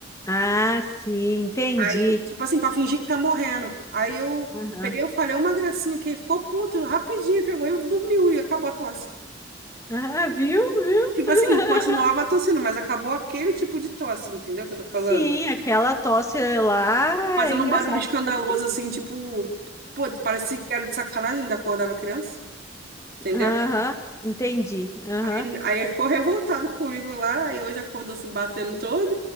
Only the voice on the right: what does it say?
Aí, tipo assim, pra fingir que tá morrendo. Aí eu
peguei, eu falei uma gracinha que ele ficou puto, rapidinho, ele pegou e dormiu e acabou a tosse.
Tipo
assim, continuava tossindo, mas acabou aquele tipo de tosse, entendeu o que eu tô falando?
Fazendo
um barulho escandaloso,
assim, tipo, pô, parece que era de sacanagem, ainda acordava criança, entendeu?
Aí, aí ele ficou revoltado comigo lá, e hoje acordou se batendo todo.